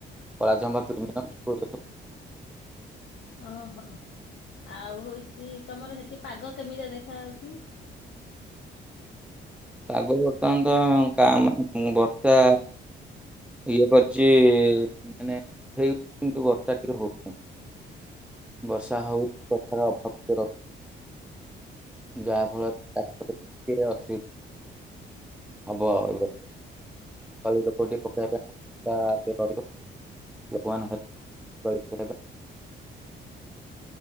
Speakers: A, in the centre; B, on the left.
A: କଳା ଚମ୍ପା ପ୍ରିମିୟମ୍।
B: ଓହୋ ଆଉ ହୋଉଛି, ତମର ସେଠି ପାଗ କେମିତି ଦେଖାଯାଉଛି।
A: ପାଗ ବର୍ତ୍ତମାନତ କାମ୍ ବର୍ଷା। ଇଏ କରିଛି ମାନେ କିନ୍ତୁ ବର୍ଷା ଟିକେ ହୋଉନହିଁ। ବର୍ଷା ହୋଉଛି ବର୍ଷା କବାଟ ବନ୍ଦ କର। ଯାହାଫଳରେଏ <inaudible> ହବ ଆଉରା <inaudible>